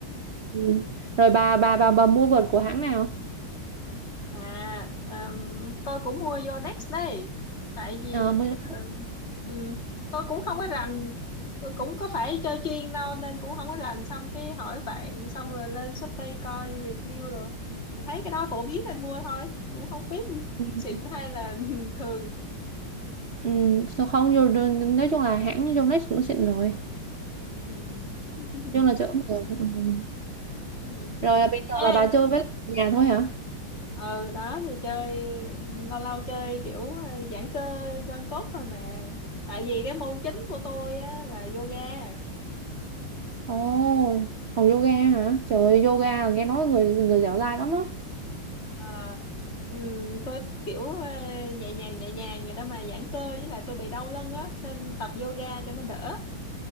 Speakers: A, on the right (about 90°); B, on the left (about 30°).
A: Ừ. Rồi bà bà bà bà mua vợt của hãng nào?
B: À, ừm, tôi cũng mua vô Next đây. Tại vì
A: À, mới...
B: ừm, ừm, tôi cũng không có rành, cô- cũng có phải chơi chuyên đâu nên cũng không có rành. Xong cái hỏi bạn, xong rồi lên Shopee coi review rồi. Thì thấy cái đó phổ biến nên mua thôi. Cũng không biết
A: ừ.
B: xịn hay là <laughs> thường.
A: Ừ. Sao không? Rồi- Nói chung là hãng Yonex cũng xịn rồi.
B: Ừm. <laughs>
A: chung là chơi cũng được ừ.
B: Ừm.
A: rồi là bình thường
B: Ha,
A: là bà chơi với nhà thôi hả
B: ừ đó thì chơi lâu lâu chơi kiểu ờ, giãn cơ gân cốt thôi mà. Tại vì cái môn chính của tôi á là yoga.
A: ồ học yoga hả trời ơi, yoga là nghe nói người người dẻo dai lắm á
B: Ờ, ừm, tôi kiểu ờ, nhẹ nhàng nhẹ nhàng vậy đó mà giãn cơ với lại tôi bị đau lưng á nên tập yoga cho nó đỡ